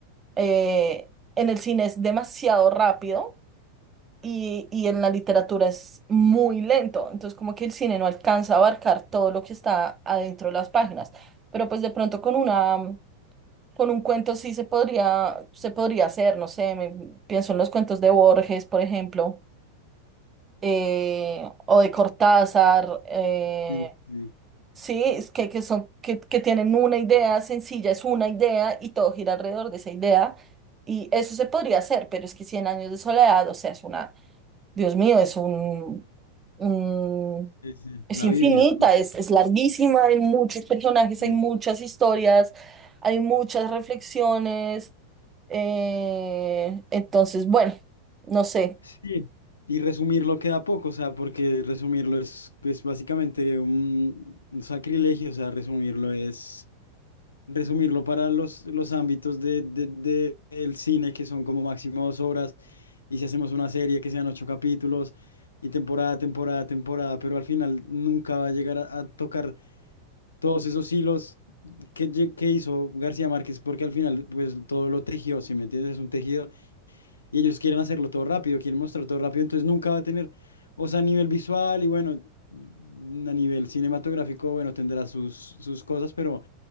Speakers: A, on the right; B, on the left.
A: eh, en el cine es demasiado rápido y, y en la literatura es muy lento, entonces como que el cine no alcanza a abarcar todo lo que está adentro de las páginas, pero pues de pronto con una, con un cuento sí se podría, se podría hacer, no sé, me- pienso en los cuentos de Borges, por ejemplo, eh, o de Cortázar, eh,
B: Sí, sí,
A: sí, es que, que son, que, que tienen una idea sencilla, es una idea y todo gira alrededor de esa idea. Y eso se podría hacer, pero es que cien años de soledad, o sea, es una, Dios mío, es un, mm,
B: sí, sí.
A: es
B: La
A: infinita,
B: Biblia. por-
A: es, es larguísima, hay muchos personajes,
B: Sí.
A: hay muchas historias, hay muchas reflexiones. eh, entonces, bueno, no sé.
B: Sí, Y resumirlo queda poco, o sea, porque resumirlo es, pues, básicamente un, un sacrilegio, o sea, resumirlo es resumirlo para los, los ámbitos de, de- de- del cine, que son como máximo dos horas, y si hacemos una serie que sean ocho capítulos, y temporada, temporada, temporada, pero al final nunca va a llegar a, a tocar todos esos hilos que, lle- que hizo García Márquez, porque al final pues todo lo tejió, si me entiendes, es un tejido, y ellos quieren hacerlo todo rápido, quieren mostrar todo rápido, entonces nunca va a tener, o sea, a nivel visual y bueno, a nivel cinematográfico, bueno, tendrá sus, sus cosas, pero...